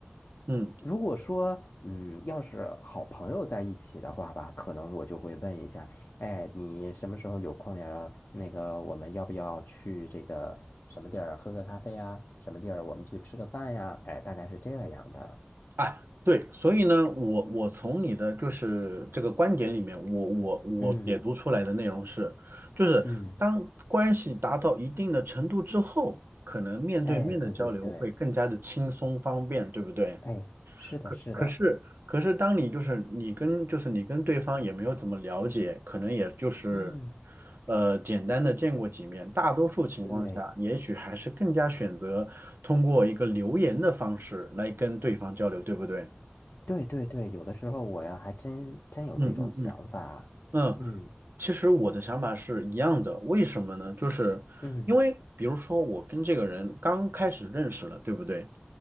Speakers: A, on the right; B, on the left.
A: 嗯。
B: 如果说，嗯，要是好朋友在一起的话吧，可能我就会问一下，哎，你什么时候有空呀？那个，我们要不要去这个什么地儿喝个咖啡呀？什么地儿我们去吃个饭呀？哎，大概是这样的。
A: 啊，对，所以呢，我我从你的就是这个观点里面，我我我解读出来的内容是，
B: 嗯
A: 就是当关系达到一定的程度之后，
B: 嗯，
A: 可能面对面的交流会更加的轻松方便，
B: 哎，对对对，
A: 对不对？
B: 哎，是的，
A: 可可是可是当你就是你跟就是你跟对方也没有怎么了解，
B: 是的，
A: 可能也就是
B: 嗯，
A: 呃简单的见过几面，大多数情况下，
B: 对
A: 也许还是更加选择通过一个留言的方式来跟对方交流，对不对？
B: 对对对，有的时候我呀，还真真有这种想法。
A: 嗯嗯嗯嗯，
B: 嗯
A: 其实我的想法是一样的，为什么呢？就是因为比如说我跟这个人刚开始认识了，
B: 嗯
A: 对不对？